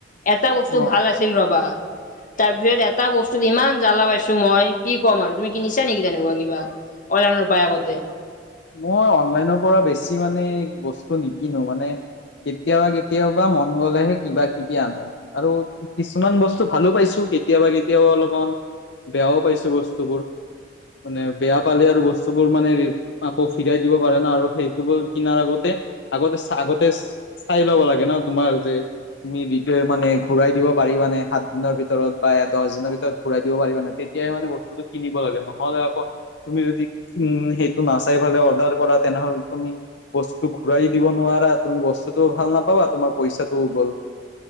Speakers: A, on the left (about 45°); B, on the left (about 65°).
A: এটা বস্তু
B: অ
A: ভাল আছিল ৰবা। তাৰপিছত এটা বস্তুত ইমান জ্বালা পাইছো মই কি ক'ম আৰু তুমি কিনিছা নেকি তেনেকুৱা কিবা? অনলাইনত পাই আগতে।
B: মই অনলাইনৰ পৰা বেছি মানে বস্তু নিকিনো মানে কেতিয়াবা কেতিয়াবাবা মন গলেহে কিবা কিবা ন আৰু কিছুমান বস্তু ভালো পাইছো কেতিয়াবা কেতিয়াবা অলপমান বেয়াও পাইছো বস্তুবোৰ মানে বেয়া পালে আৰু বস্তুবোৰ মানে আকৌ ফিৰাই দিব পাৰে ন আৰু সেইটো বোৰ কিনাৰ আগতে আগতে আগতে চাই ল'ব লাগে ন তোমাৰ যে তুমি মানে ঘূৰাই দিব পাৰিবা নে সাত দিনৰ ভিতৰত বা এ দহ দিনৰ ভিতৰত ঘুৰাই দিব পাৰিবা নাই তেতিয়াহে মানে বস্তুতটো কিনিব লাগে নহ'লে আকৌ তুমি যদি উম নাচাই ফালে অৰ্ডাৰ কৰা তেনেহ'লে তুমি বস্তুটো ঘূৰাই দিব নোৱাৰা তুমি বস্তুতটোও ভাল নাপাবা তোমাৰ পইচাটো ওই গ'ল।